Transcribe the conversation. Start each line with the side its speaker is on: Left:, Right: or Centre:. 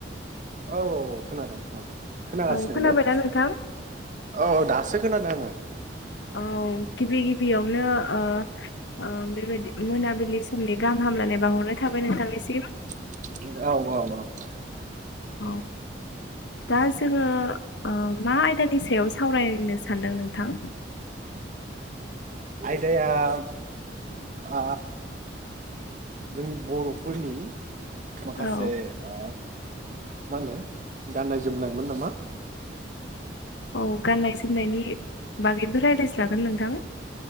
Right: औ औ खोनादों खोनादों खोनागासिनो,
Left: औ खोनाबायना
Right: हेलौ।
Left: नोंथां?
Right: औ औ दासो खोनादों आङो।
Left: औ गिबि गिबियावनो ओ अ बेबायदि मोनाबिलि समनि गाहाम हामलायनाय बाहरनाय थाबाय नोंथांनिसिम
Right: औ औ औ औ
Left: औ दा जोङो ओ मा आयदानि सायाव सावरायनो सानदों नोंथां?
Right: आयदाआ आ जोंनि बर'फोरनि माखासे
Left: औ
Right: आ मा होनो गाननाय जोमनायमोन नामा?
Left: औ गाननाय जोमनायनि बागैबो राइलायजागोन नोंथां।